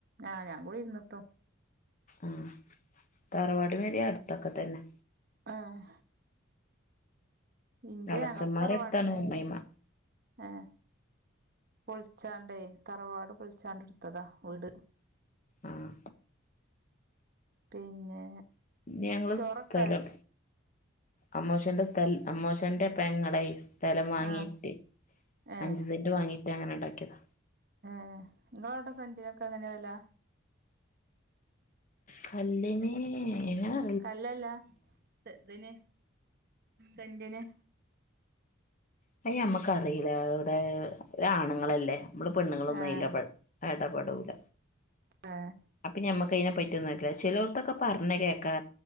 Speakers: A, on the right; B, on the left.
A: ആഹ് ഞാൻ കൂടി ഇരുന്നിപ്പോ
B: ആഹ് തറവാട് പേരാ അടുത്തൊക്കെ തന്നെ
A: ആഹ് ഇന്റെ
B: എളച്ചന്മാരടുത്താണ്
A: അത്തറവാടന്നെ
B: അമ്മായിമ്മ
A: ഏഹ് പൊളിച്ചാണ്ടേ തറവാട് പൊളിച്ചാണ്ട് എടുത്തതാ വീട്
B: ആഹ്
A: പിന്നെ
B: ഞങ്ങള്
A: ചോറൊക്കായോ
B: സ്ഥലം അമ്മോശന്റെ സ്ഥല അമ്മോശന്റെ പെങ്ങളെയ്സ് സ്ഥലം വാങ്ങിയിട്ട്
A: ആഹ് ഏഹ്
B: അഞ്ച് സെന്റ് വാങ്ങിട്ട് അങ്ങനെ ഉണ്ടാക്കിയതാ
A: ഏഹ് നിങ്ങളവിടെ സഞ്ചിനൊക്കെ എങ്ങനെ വെല
B: കല്ലെനീ ഇങ്ങളാ
A: കല്ലല്ല സെ തിന് സെന്റിന്
B: അത് ഞമ്മക്കറിയില്ല അവിടെ ആണുങ്ങളല്ലേ നമ്മള് പെണ്ണുങ്ങളൊന്നും
A: ആഹ്
B: അതിൽ ഇടപെടൂല
A: ഏഹ്
B: അപ്പൊ ഞമ്മക്ക് അയ്നെ പറ്റിയൊന്നുമല്ല ചിലോർത്തൊക്കെ പറഞ്ഞ് കേക്കാ